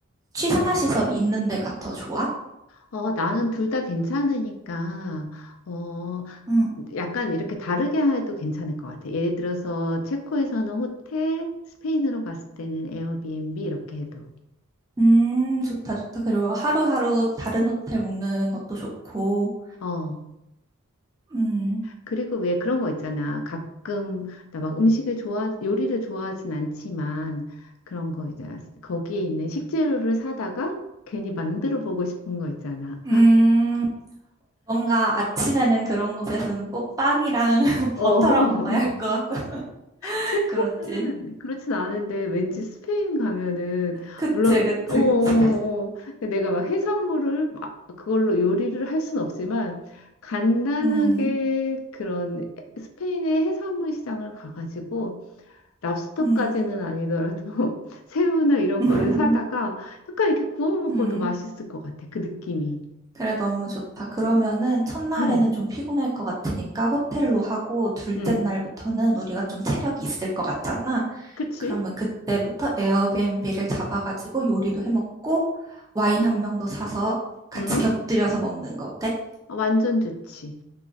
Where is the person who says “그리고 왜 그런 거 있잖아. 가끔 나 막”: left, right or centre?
Left